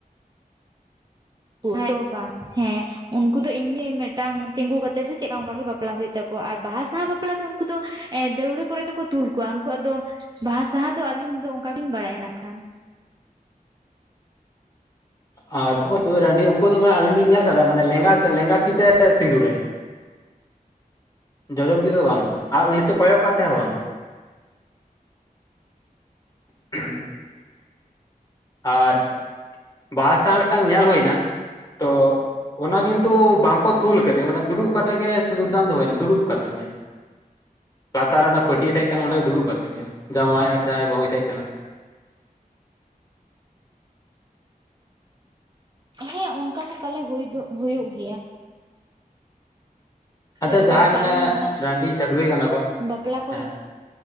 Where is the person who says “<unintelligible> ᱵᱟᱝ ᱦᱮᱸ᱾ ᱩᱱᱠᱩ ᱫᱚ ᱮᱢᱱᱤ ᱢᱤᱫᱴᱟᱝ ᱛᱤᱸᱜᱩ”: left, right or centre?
Right